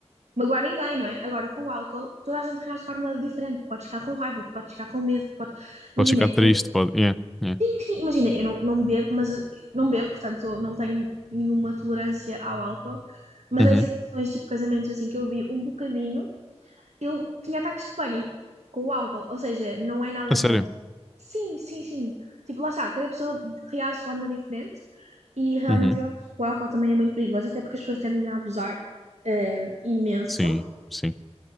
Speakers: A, on the right; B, in the centre.
A: magoar ninguém, não é? Agora, com o álcool, toda a gente reage de forma diferente. Podes ficar com raiva, podes ficar com medo, podes...
B: Pode
A: Imagina,
B: ficar triste,
A: eu,
B: pode. Yeah, yeah.
A: Enfim, imagina, eu não, não bebo, mas não bebo, portanto eu não tenho nenhuma tolerância ao álcool, mas
B: Uhum.
A: em situações tipo casamentos assim que eu vi um bocadinho, eu tinha ataques de pânico com o álcool, ou seja, não é nada
B: A sério?
A: bom. Sim, sim, sim. Tipo, lá está, cada pessoa reage de forma diferente e realmente
B: Uhum.
A: eu acho que o álcool também é muito perigoso, até porque as pessoas tendem a abusar eh, imenso,
B: Sim, sim,